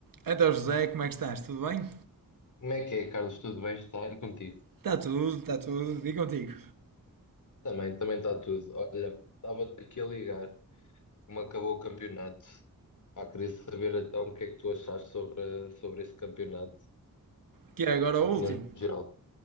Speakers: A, on the right; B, on the left.
A: Então, José, como é que estás? Tudo bem?
B: Como é que é, Carlos? Tudo bem? Está? E contigo?
A: Está tudo, está tudo. E contigo?
B: Também, também está tudo. Olha, estava-te aqui a ligar, como acabou o campeonato. Pá, queria saber então o que é que tu achaste sobre, sobre esse campeonato,
A: Que é agora
B: opinião
A: o último.
B: geral.